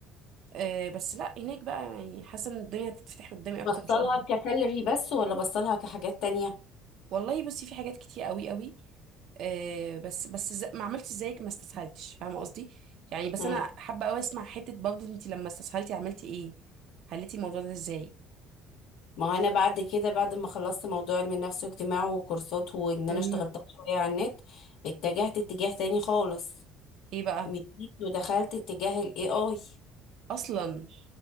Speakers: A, on the right; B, on the left.
A: أه بس لا هناك بقى يعني حاسة ان الدنيا هتتفتح قدامي اكتر
B: بصلها
A: ان شاء الله
B: كسالري بس ولا بصلها كحاجات تانية؟
A: والله بصي في حاجات كتير قوي قوي أه بس بس ز- ما عملتش زيك ما استسهلتش فاهمة قصدي يعني بس
B: مم.
A: انا حابة قوي اسمع حتة برضو انت لما استسهلتي عملتي ايه حليتي الموضوع ده ازاي
B: ما هو أنا بعد كده بعد ما خلصت موضوع علم النفس واجتماع وكورسات وإن
A: مهم.
B: أنا اشتغلتها شوية على النت اتجهت اتجاه تاني خالص
A: ايه بقى
B: مشيت ودخلت اتجاه ال AI
A: اصلا